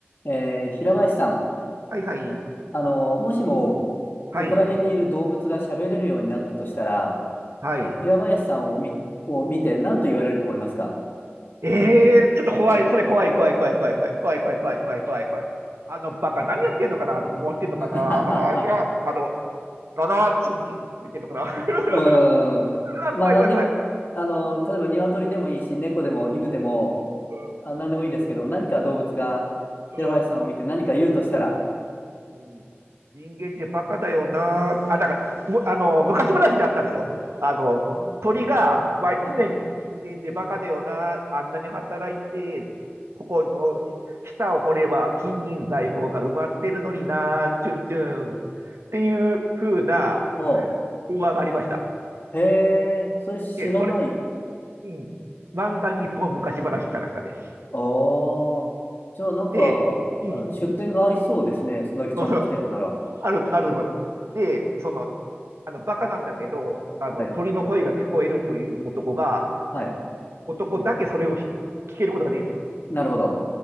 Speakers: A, on the left; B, on the right.
A: えー平林さん、
B: はいはい。
A: あの、もしも、
B: はい。
A: そこら辺にいる動物が喋れるようになったとしたら、
B: はい。
A: 平林さんを見、を見て何と言われると思いますか
B: ええーちょっと怖い。それ怖い怖い怖い怖い怖い怖い怖い怖い怖い怖い怖い。あのバカ何やってんのかなとか思ってんのかな。
A: <laughs>
B: いや、あの、ななチュンチュンとか言ってんのかな。<laughs>
A: うーん。
B: あ、怖い怖い怖い。
A: まあ、何でも、あの、例えば鶏でもいいし、猫でも犬でも、
B: うん
A: あ、何でもいいですけど、何か動物が平林さんを見て何か言うとしたら、
B: うんうんうん人間ってバカだよなー。あ、だから、むあの、昔話だったんですよ。あの、
A: あー
B: 鳥が、まあ、
A: はい。
B: 常に人間ってバカだよな。あんなに働いて、ここの下を掘れば金銀財宝が埋まってるのにな、チュンチュンっていう風な
A: ほ
B: 馬がありました。
A: う。へえ、それ知らない。
B: で、それ、うん、漫画日本昔話かなんかで。
A: ああ。じゃあ、なんか、
B: で、うん、
A: あ出店がありそうですね。そんだけちゃんとしたやつなら。
B: <laughs> ある、あると思います。で、その、あの、バカなんだけど、あの、
A: はい
B: 鳥の声が聞こえるという男が、
A: はい。
B: 男だけそれをひ聞けることができるんですよ。
A: なるほど。